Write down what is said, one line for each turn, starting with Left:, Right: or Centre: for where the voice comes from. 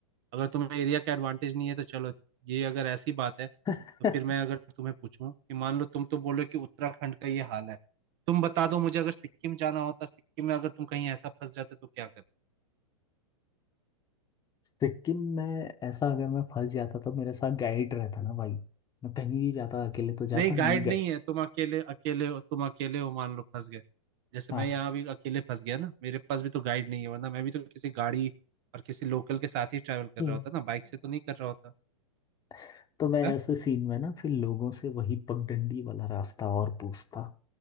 Right: अगर तुम्हें एरिया का एडवांटेज नहीं है तो चलो ये अगर ऐसी बात है
Left: <laughs>
Right: तो फिर मैं अगर तुम्हें पूछूं कि मान लो तुम तो बोलो कि उत्तराखंड का ये हाल है तुम बता दो मुझे अगर सिक्किम जाना होता सिक्किम में अगर तुम कहीं ऐसा फंस जाते तो क्या करते
Left: सिक्किम में ऐसा अगर मैं फंस जाता तो मेरे साथ गाइड रहता ना भाई मैं कहीं भी जाता अकेले तो जाता
Right: नहीं
Left: नहीं
Right: गाइड
Left: गए
Right: नहीं है तुम अकेले अकेले हो तुम अकेले हो मान लो फंस गए जैसे
Left: हाँ
Right: मैं यहाँ भी अकेले फंस गया ना मेरे पास भी तो गाइड नहीं है वरना मैं भी तो किसी गाड़ी और किसी लोकल के साथ ही ट्रैवल कर
Left: हम्म।
Right: रहा होता ना बाइक से तो नहीं कर रहा होता
Left: <laughs> तो मैं
Right: है?
Left: ऐसे सीन में ना फिर लोगों से वही पगडंडी वाला रास्ता और पूछता